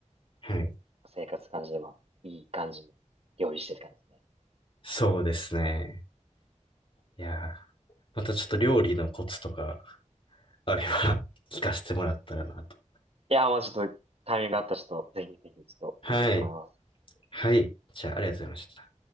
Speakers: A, on the left; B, on the right.
A: はい。
B: 生活感じで、まあ、いい感じに料理してる感じですね。
A: そうですね。いやー、またちょっと料理のコツとかあれば <laughs> 聞かせてもらったらなと。
B: いや、まあちょっと、タイミングがあったらちょっと、ぜひぜひ、ちょっと、
A: はい。
B: できたと思います。
A: はい。じゃあ、ありがとうございました。